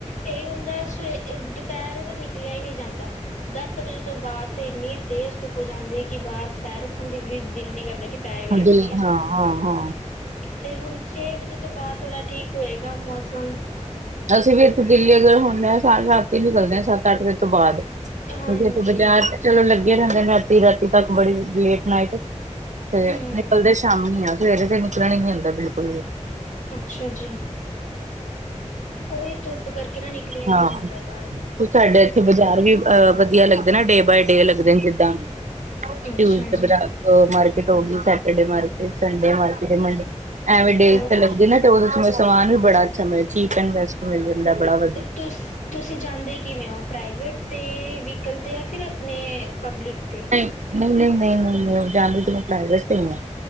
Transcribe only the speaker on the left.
ਇਹੀ ਹੁੰਦਾ ਸਵੇ ਦੁਪਹਿਰੇ ਤਾਂ ਨਿਕਲਿਆ ਹੀ ਨਹੀਂ ਜਾਂਦਾ। ਦਸ ਵਜੇ ਤੋਂ ਬਾਅਦ ਤੇ ਇੰਨੀ ਤੇਜ਼ ਧੁੱਪ ਹੋ ਜਾਂਦੀ ਕਿ ਬਾਹਰ ਪੈਰ ਰੱਖਣ ਦੀ ਵੀ ਦਿਲ ਨੀ ਕਰਦਾ ਕਿ ਪੈਰ ਵੀ
ਰੱਖ
ਲਈਏ
ਫੇਰ ਹੁਣ ਛੇ ਵਜੇ ਤੋਂ ਬਾਅਦ ਥੋੜਾ ਠੀਕ ਹੋਏਗਾ ਮੌਸਮ।
ਹਾਂਜੀ
ਹੂੰ
ਅੱਛਾ ਜੀ। ਉਹੀ ਧੁੱਪ ਕਰਕੇ ਨਾ ਨਿਕਲਿਆ ਈ ਨਹੀਂ
ਜਾਂਦਾ ਬਾਹਰ। ਧੁੱਪ
ਅੱਛਾ
ਜੀ
ਅੱਛਾ
ਤੁ ਤੁਸੀਂ ਜਾਂਦੇ ਕਿਵੇਂ ਓ? ਪ੍ਰਾਈਵੇਟ ਤੇ ਵਹੀਕਲ ਤੇ ਜਾਂ ਫਿਰ ਆਪਣੇ ਪਬਲਿਕ ਤੇ।